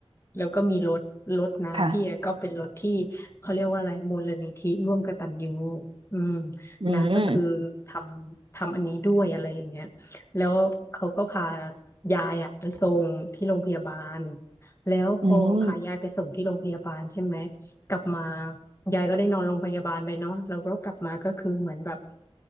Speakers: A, on the left; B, on the right.
A: แล้วก็มีรถรถน้าพี่อะก็เป็นรถที่เขาเรียกว่าอะไรมูลนิธิร่วมกตัญญู
B: ค่ะ
A: อืม
B: อืม
A: นะก็คือทำทำอันนี้ด้วยอะไรอย่างเงี้ย แล้วเขาก็พายายอะไปส่งที่โรงพยาบาลแล้วพอพายายไปส่งที่โรงพยาบาลใช่ไหม
B: อืม
A: กลับมายายก็ได้นอนโรงพยาบาลไปเนาะแล้วก็กลับมาก็คือเหมือนแบบ